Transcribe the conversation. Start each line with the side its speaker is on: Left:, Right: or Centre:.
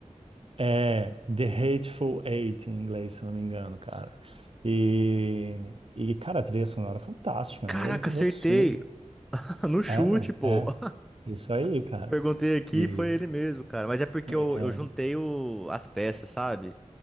Right: É, The Hateful Eight em inglês, se não me engano, cara. E, e cara, a trilha sonora é fantástica,
Centre: Caraca,
Right: né? E ele fez
Centre: acertei!
Right: outros filmes.
Centre: <laughs> No chute,
Right: É, velho,
Centre: pô!
Right: é.
Centre: <laughs>
Right: Isso aí, cara.
Centre: Perguntei aqui,
Right: E,
Centre: e foi ele mesmo, cara. Mas é porque
Right: é,
Centre: eu, eu juntei o- as peças, sabe?